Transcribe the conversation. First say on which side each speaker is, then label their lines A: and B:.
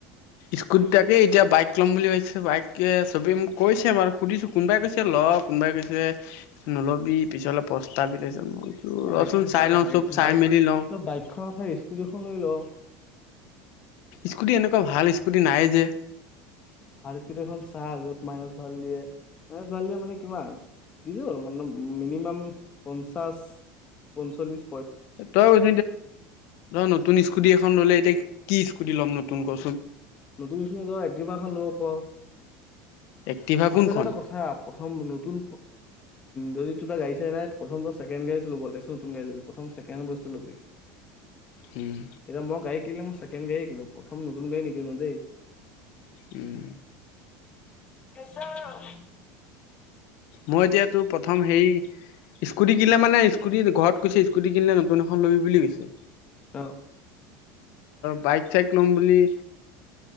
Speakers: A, on the left; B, on the left.
A: স্কুটি তাকে এতিয়া বাইক ল'ম বুলি ভাবিছো বাইক এ চবে কৈছে বাৰু <unintelligible> সুধিছোঁ কোনোবাই কৈছে লগ কোনোবাই কৈছে নলবি পিছলে পস্তাবি তাৰপিছত মই কৈছোঁ
B: অ
A: ৰচোন
B: এইটো সঁচা
A: চাই
B: কথা
A: লওঁ চব চাই
B: বাইক
A: মেলি লওঁ
B: তই বাইকখন ঠাইত স্কুটি এখন লৈ ল <unintelligible>
A: স্কুটি এনেকুৱা ভাল স্কুটি নাই যে।
B: ভাল স্কুটিখন চাহ য'ত মাইনাচ ভাল দিয়ে, মাইনাচ ভাল দিয়ে মানে কিমান দিব আৰু মিনিমাম পঞ্চাছ-পঞ্চল্লিছ।
A: তই <unintelligible> তই নতুন স্কুটি এখন ললে এতিয়া কি কি ল'ম নতুন কচোন।
B: নতুন স্কুটি এক্টিভাখন লব পাৰ।
A: এক্টিভা
B: আচলতে
A: কোনখন?
B: এটা কথা প্ৰথম নতুন যদি তোৰ যে গাডী-চাৰি নাই প্ৰথম বা ছেকেণ্ড হেণ্ড গাড়ী লবি তাৰপাছত নতুন গাড়ী লবি। প্ৰথম ছেকেণ্ডহেণ্ড বস্তু লবি।
A: উম,
B: এতিয়া মই গাড়ী কিনিম ছেক ছেকেণ্ড গাড়ী কিনো প্ৰথম নতুন গাড়ী নিকি নিকিনো দেই।
A: উম।
B: প্ৰেচাৰ <unintelligible>
A: মই এতিয়াটো প্ৰথম সে স্কুটি কিনিলে মানে স্কুটি ঘৰত কৈছে স্কুটি কিনিলে নতুন এখন লবি বুলি কৈছে।
B: অ
A: বাইক-চাইক ল'ম বুলি